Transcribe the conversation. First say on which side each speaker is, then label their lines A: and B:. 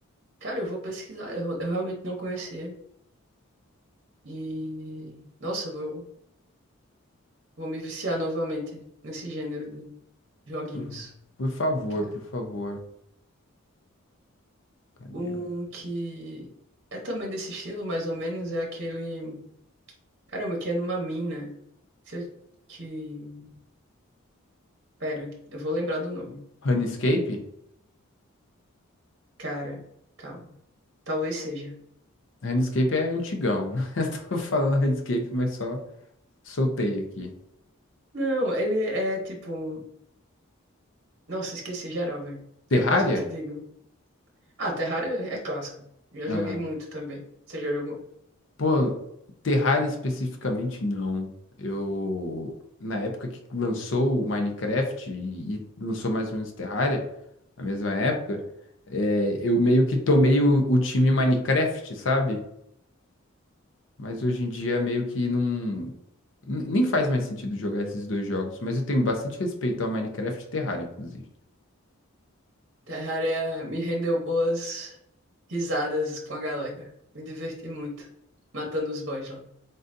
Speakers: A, on the right; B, on the left.
A: Cara, eu vou pesquisar. Eu, eu realmente não conhecia. E. Nossa, eu vou, vou me viciar novamente nesse gênero de joguinhos,
B: Por, por favor,
A: cara.
B: por favor. Cadê?
A: Um
B: o-
A: que é também desse estilo, mais ou menos, é aquele. Caramba, que é numa mina. Você- Que. Pera, eu vou lembrar do nome.
B: Runescape?
A: Cara, calma. Talvez seja.
B: Runescape é antigão. <laughs> Eu tô falando Runescape, mas só soltei aqui.
A: Não, ele é tipo. Nossa, esqueci geral, velho.
B: Terraria?
A: Depois eu te digo. Ah, Terraria é clássico. Já
B: Aham.
A: joguei muito também. Você já jogou?
B: Pô, Terraria especificamente não. Eu, na época que lançou o Minecraft e, e lançou mais ou menos Terraria, na mesma época, é, eu meio que tomei o, o time Minecraft, sabe? Mas hoje em dia meio que não. n- Nem faz mais sentido jogar esses dois jogos, mas eu tenho bastante respeito a Minecraft e Terraria, inclusive.
A: Terraria me rendeu boas risadas com a galera. Me diverti muito. Matando os boys lá.